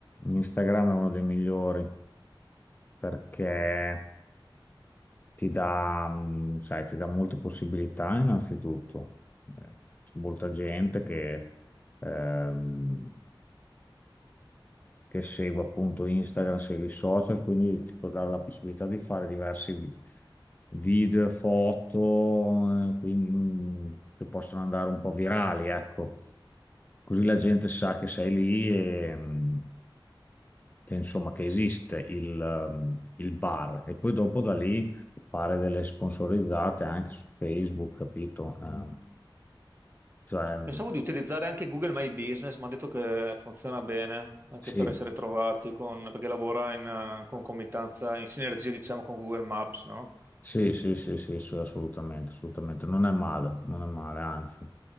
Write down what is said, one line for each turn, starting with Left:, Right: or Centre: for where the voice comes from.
Left: Instagram è uno dei migliori perché. ti dà, mh, sai, ti dà molte possibilità innanzitutto. Eh, C'è molta gente che, ehm, che segue appunto Instagram, segue i social, quindi ti può dare la possibilità di fare diversi vi- video, foto, eh, quindi, mh, che possono andare un po' virali, ecco. Così la gente sa che sei lì e... mh, che, insomma, che esiste il, ehm, il bar e poi dopo da lì fare delle sponsorizzate anche su Facebook, capito? Eh, cioè,
Right: Pensavo di utilizzare anche Google My Business, mi hanno detto che funziona bene anche
Left: sì,
Right: per essere trovati, con- perché lavora in eh, concomitanza, in sinergia diciamo con Google Maps, no?
Left: Sì, sì, sì, sì, sì, assolutamente, assolutamente. Non è male, non è male, anzi.